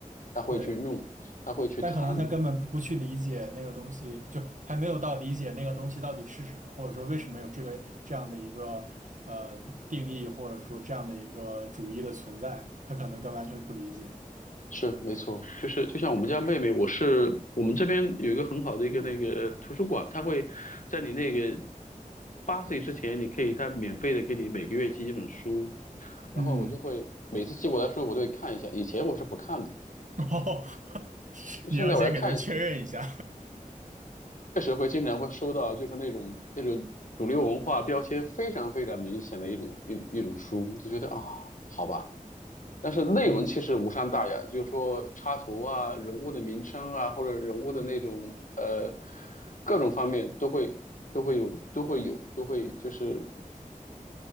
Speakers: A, on the left; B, on the right.
A: 他会去用，
B: 对。
A: 他会去谈。
B: 但可能他根本不去理解那个东西，就还没有到理解那个东西到底是什么，或者说为什么有这个这样的一个呃定义，或者说这样的一个主义的存在，他可能更完全不理解。
A: 是没错，就是就像我们家妹妹，我是我们这边有一个很好的一个那个图书馆，它会在你那个八岁之前，你可以它免费的给你每个月寄一本书。然后我就会每次寄过来的时候，
B: 嗯，
A: 我都会看一下。以前我是不看的，
B: <laughs> 哦，你要先给他确认一下。
A: 现在我要看，确实会经常会收到，就是那种那种主流文化标签非常非常明显的一种一一种书，就觉得啊，好吧。但是内容其实无伤大雅，
B: <laughs> 嗯，
A: 就是说插图啊、人物的名称啊，或者人物的那种呃
B: 对，
A: 各种方面都会都会有都会有都会就是